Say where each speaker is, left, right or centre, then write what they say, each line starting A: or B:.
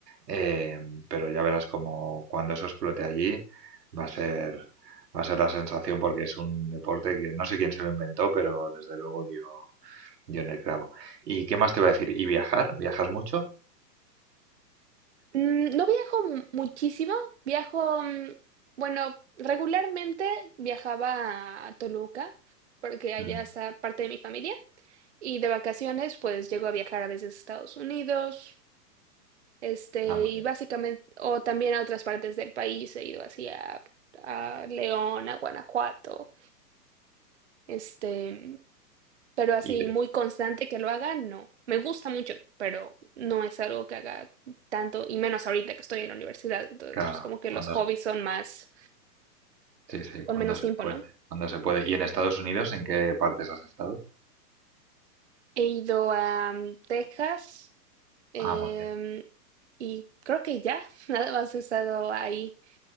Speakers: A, on the right; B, on the right.
A: eh, pero ya verás como cuando eso explote allí va a ser, va a ser la sensación porque es un deporte que no sé quién se lo inventó, pero desde luego dio, dio en el clavo. ¿Y qué más te iba a decir? ¿Y viajar? ¿Viajas mucho?
B: Mm, No viajo mu- muchísimo, viajo, mm, bueno, regularmente viajaba a Toluca porque allá
A: Mm,
B: está parte de mi familia y de vacaciones pues llego a viajar a veces a Estados Unidos, Este,
A: Ah, muy
B: y
A: bien.
B: básicamente, o también a otras partes del país, he ido así a, a León, a Guanajuato, este, pero así
A: Y de-
B: muy constante que lo haga, no. Me gusta mucho, pero no es algo que haga tanto, y menos ahorita que estoy en la universidad, entonces
A: claro,
B: pues como que
A: cuando,
B: los hobbies
A: se-
B: son más,
A: sí, sí,
B: con
A: cuando
B: menos
A: se
B: tiempo,
A: puede,
B: ¿no?
A: cuando se puede. ¿Y en Estados Unidos en qué partes has estado?
B: He ido a mm, Texas, em,
A: Ah, muy bien.
B: y creo que ya, <laughs> nada más he estado ahí.